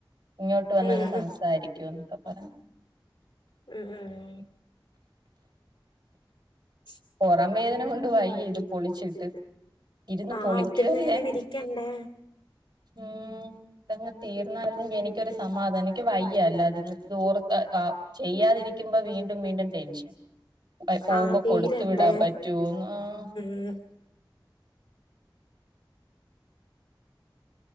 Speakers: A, on the right; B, on the left.
A: ഇങ്ങോട്ട് വന്നങ്ങ്
B: ഉം
A: സംസാരിക്ക്യൂന്നൊക്കെ
B: ഉം
A: പറഞ്ഞ്
B: ഉം ഉം <inaudible>
A: പുറം വേദന കൊണ്ട് വയ്യ ഇത് പൊളിച്ചിട്ട് ഇരുന്ന്
B: ആഹ്
A: പൊളിക്കുവല്ലേ
B: ഒത്തിരി നേരം ഇരിക്കെണ്ടേ
A: ഉം ഇതങ്ങ് തീർന്നായിരുന്നെങ്കിൽ എനിക്കൊരു സമാധാനം. എനിക്ക് വയ്യ അല്ല ഇരുന്ന് ഇത് ഓർത്ത ചെയ്യാതിരിക്കുമ്പോ വീണ്ടും വീണ്ടും ടെൻഷൻ പോകുമ്പോ
B: ആഹ് തീരണ്ടേ
A: കൊടുത്തു വിടാൻ പറ്റോന്ന് ആഹ്
B: ഉം